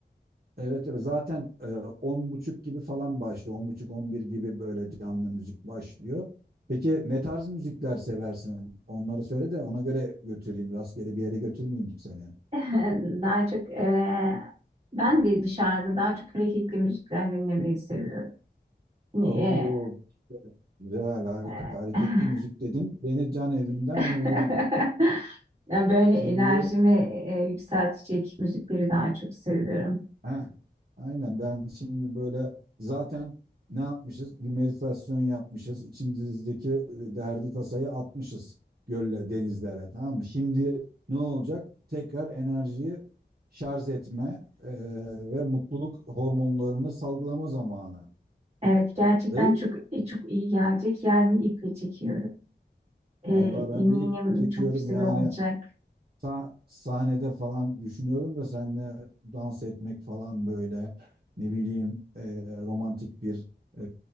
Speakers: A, on the right; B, on the right.
A: Evet evet zaten e, 10.30 gibi falan başlıyor. 10.30-11 gibi böyle canlı müzik başlıyor. Peki ne tarz müzikler seversin? Onları söyle de ona göre götüreyim. Rastgele bir yere götürmeyeyim seni.
B: <laughs> Daha çok e, ben de dışarıda daha çok hareketli müzikler dinlemeyi seviyorum. Ne,
A: Oo, güzel harika
B: e,
A: hareketli
B: e. <laughs>
A: müzik dedin. Beni can evinden
B: <laughs>
A: vurdun.
B: Ya böyle
A: Şimdi
B: enerjimi e, yükseltecek müzikleri daha çok seviyorum.
A: Heh, aynen ben şimdi böyle zaten ne yapmışız? Bir meditasyon yapmışız. İçimizdeki e, derdi tasayı atmışız gölle, denizlere tamam mı? Şimdi ne olacak? Tekrar enerjiyi şarj etme e, ve mutluluk hormonlarını salgılama zamanı.
B: Evet gerçekten
A: Değil
B: çok
A: mi?
B: e, çok iyi gelecek. Yarın iple çekiyorum.
A: Vallahi
B: E,
A: ben
B: eminim
A: deyip çekiyorum
B: çok güzel
A: yani
B: olacak.
A: Sa- sahnede falan düşünüyorum da seninle dans etmek falan böyle ne bileyim e, romantik bir e,